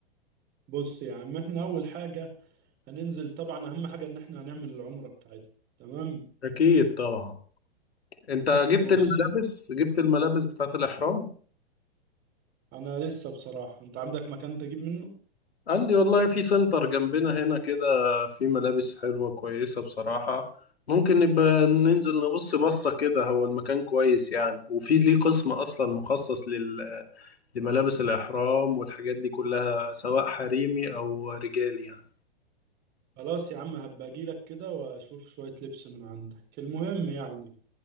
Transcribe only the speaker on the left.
اكيد طبعا انت جبت
الملابس جبت الملابس بتاعت الاحرام
عندي والله في سنتر جنبنا هنا كده في ملابس حلوة كويسة بصراحة ممكن نبقى ننزل نبص بصة كده هو المكان كويس يعني وفي ليه قسم أصلا مخصص لل... لملابس الإحرام والحاجات دي كلها سواء حريمي أو رجالي يعني